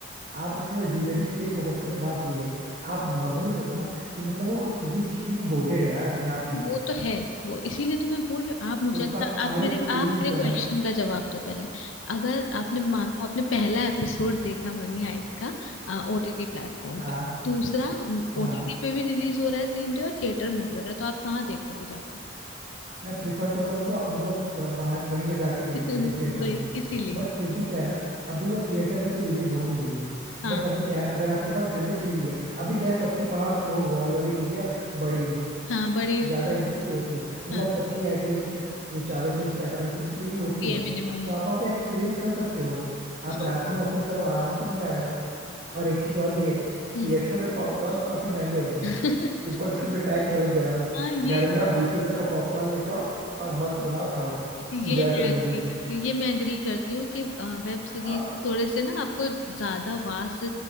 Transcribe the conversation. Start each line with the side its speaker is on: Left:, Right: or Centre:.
Right: आप उसके बाद डिमेरिट्स पे ही फोकस करें बात ये है आप नॉर्मली सोचो ना कि मतलब वो सीरीज कितनी गोटेड है यार अपने आप में ही
Left: वो तो है वो इसीलिए तो मैं बोल रही हूँ आप मुझे
Right: उसका
Left: अच्छा
Right: हर
Left: आप मेरे
Right: एक सीन
Left: आप मेरे
Right: क्लाइमेक्स
Left: क्वेश्चन का जवाब दो पहले अगर आपने मान लो आपने पहला एपिसोड देखा मनी हाइस्ट का ओटीटी प्लेटफॉर्म
Right: हाँ
Left: पे दूसरा
Right: हाँ
Left: ओटीटी पे भी रिलीज हो रहा है सेम डे और थिएटर में भी हो रहा है तो आप कहाँ देखोगे जाके
Right: मैं प्रिफर तो करूंगा मतलब वहां वहीं पे जाके ही देखने
Left: <laughs>
Right: के लिए थिएटर
Left: वही
Right: में
Left: इसीलिए
Right: बट फिर भी क्या है ना अभी वो थिएटर में तो रिलीज हो नहीं रही है
Left: हाँ।
Right: बट अभी क्या है अगर आपके पास घर पे टीवी है अभी क्या है सबके पास वो वॉल वाली टीवी है बड़ी
Left: हाँ बड़ी
Right: ज्यादा
Left: वो
Right: इंचेस की होती है मतलब
Left: हाँ
Right: सबकी एटलीस्ट ये चालीस इंच पैंतालीस इंच की टीवी होती
Left: होती
Right: है
Left: है मिनिमम
Right: तो
Left: आज
Right: आप वहाँ पे एक्सपीरियंस कर सकते हो आप
Left: हाँ
Right: रात में ओपन करो आराम से मजा आएगा और एक चीज और भी है
Left: हम्म।
Right: थिएटर में पॉपकॉर्न काफी महंगे होते
Left: <laughs>
Right: हैं ऊपर से उनपे टैक्स अलग देना होगा
Left: हाँ ये
Right: घर में आप बीस रुपए का पॉपकॉर्न लेके आओ और मस्त बनाओ खाओ
Left: ये
Right: एंजॉय
Left: मैं
Right: करो मूवी
Left: एग्री करती हूँ ये मैं एग्री करती हूँ कि वेब सीरीज
Right: और
Left: थोड़े से ना आपको ज्यादा वास्ट